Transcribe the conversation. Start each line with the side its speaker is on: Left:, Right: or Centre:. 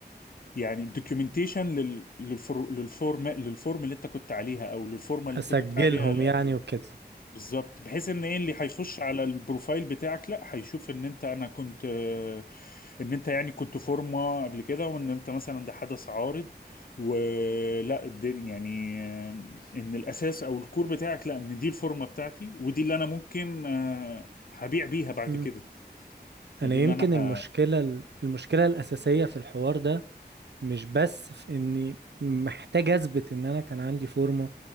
Left: يعني الدوكيومنتيشن لل... للفر... للفورم للفورم اللي انت كنت عليها او للفورمة اللي
Right: اسجلهم
Left: انت كنت عليها القديمة
Right: يعني وكده
Left: بالظبط بحيث ان ايه اللي هيخش على البروفايل بتاعك لا هيشوف ان انت انا كنت آه، ان انت يعني كنت فورمه قبل كده وان انت مثلا ده حدث عارض ولا الدنيا يعني آه، ان الاساس او الكور بتاعك لا ان دي الفورمه بتاعتي ودي اللي انا ممكن آه، هبيع بيها بعد
Right: مم.
Left: كده ودي
Right: انا يمكن
Left: اللي انا
Right: المشكله
Left: ه...
Right: المشكله الاساسيه في الحوار ده مش بس في اني محتاج اثبت ان انا كان عندي فورمه